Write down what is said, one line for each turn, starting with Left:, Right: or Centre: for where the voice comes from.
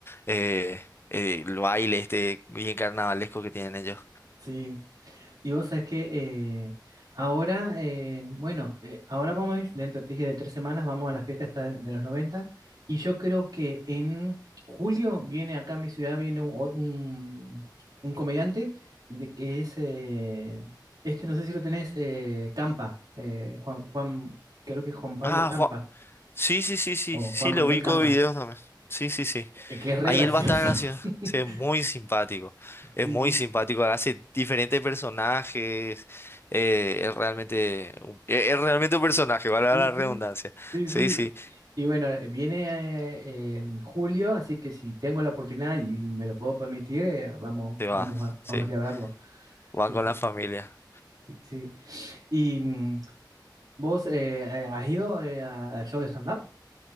Left: eh, eh, el baile este bien carnavalesco que tienen ellos.
Right: sí. Y vos sabés que eh, ahora, eh, bueno, eh, ahora vamos a ir, dentro te dije, de tres semanas, vamos a la fiesta esta de los noventa Y yo creo que en julio viene acá a mi ciudad, viene un, un- un comediante de, que es, eh, este no sé si lo tenés, eh, Campa, eh, Juan, Juan, creo que es Juan Pablo
Left: Ah,
Right: Campa
Left: Juan. Sí, sí, sí, sí,
Right: o
Left: sí,
Right: Juan Manuel
Left: lo ubico
Right: Campa,
Left: de videos también. Sí, sí, sí.
Right: eh, que es re
Left: Ahí
Right: gracioso.
Left: él va a estar en la ciudad.
Right: <laughs>
Left: Sí, es muy simpático. Es
Right: Sí,
Left: muy
Right: sí.
Left: simpático. Hace diferentes personajes. eh, es realmente, un- es, es realmente un personaje, vale
Right: Sí,
Left: la
Right: sí.
Left: redundancia.
Right: Sí,
Left: Sí,
Right: sí.
Left: sí,
Right: Y bueno, eh, viene eh, en julio, así que si tengo la oportunidad y, y me lo puedo permitir, eh, vamos,
Left: se
Right: vamos
Left: va.
Right: a,
Left: Sí,
Right: vamos a ir a verlo.
Left: van
Right: Sí,
Left: con
Right: sí,
Left: la familia.
Right: sí, sí. ¿Y mm, vos eh, eh, has ido eh, a a show de stand-up?